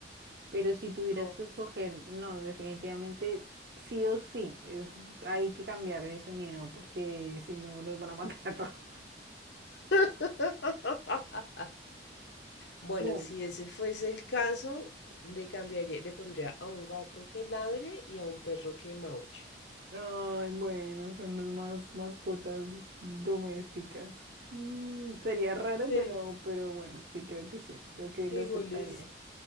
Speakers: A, on the right; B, on the left.
A: Pero si tuvieras
B: No.
A: que escoger, no, definitivamente sí o sí, es- hay que cambiarle el sonido porque si no nos van a matar a todos. <laughs>
B: <laughs> Bueno,
A: Claro.
B: si ese fuese el caso, le cambiaría, le pondría a un gato que ladre y a un perro que maulle.
A: Ay, bueno, son los más mascotas domésticas. Mm, sería raro,
B: Sí,
A: pero, pero bueno, sí, creo que sí, creo que
B: igual
A: lo aceptaría.
B: es,